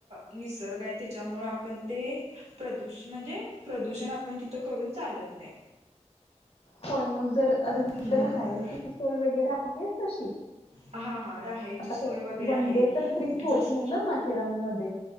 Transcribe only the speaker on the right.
निसर्ग आहे त्याच्यामुळे आपण ते प्रदूष म्हणजे प्रदूषण आपण तिथं करून चालत नाही.
हम्म
हा हा राहायची
सोय
वगैरे
आहे
जस